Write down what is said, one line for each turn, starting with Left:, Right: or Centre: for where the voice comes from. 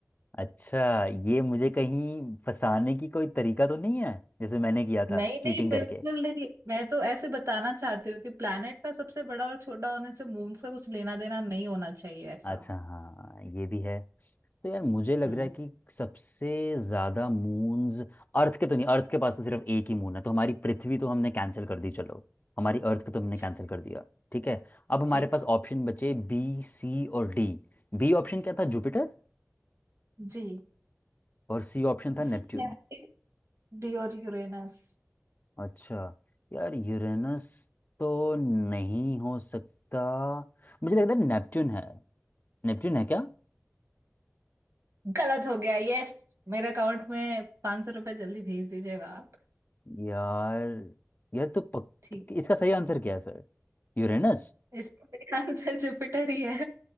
Left: अच्छा ये मुझे कहीं फंसाने की कोई तरीका तो नहीं है जैसे मैंने किया था
Right: नहीं
Left: चीटिंग
Right: नहीं
Left: करके
Right: बिल्कुल नहीं मैं तो ऐसे बताना चाहती हूँ कि प्लैनेट का सबसे बड़ा और छोटा होने से मून्स का कुछ लेना देना नहीं होना चाहिए ऐसा
Left: अच्छा हाँ ये भी है तो यार मुझे लग
Right: हम्म
Left: रहा है कि सबसे ज्यादा मून्स अर्थ के तो नहीं अर्थ के पास तो सिर्फ एक ही मून है तो हमारी पृथ्वी तो हमने कैंसिल कर दी चलो हमारी अर्थ को तो हमने
Right: चलो,
Left: कैंसिल कर दिया ठीक है अब हमारे
Right: ठीक
Left: पास ऑप्शन बचे बी सी और डी बी ऑप्शन क्या था जुपिटर
Right: जी
Left: और सी ऑप्शन था
Right: सी
Left: नेपच्यून
Right: नेपट्यून डी और यूरेनस
Left: अच्छा यार यूरेनस तो नहीं हो सकता मुझे लग रहा है नेपच्यून है नेपच्यून है क्या
Right: गलत हो गया यस मेरे अकाउंट में 500 रुपए जल्दी भेज दीजिएगा आप
Left: यार यार तो पक...
Right: ठीक
Left: इसका सही आंसर क्या है फिर यूरेनस
Right: इसका आंसर जुपिटर ही है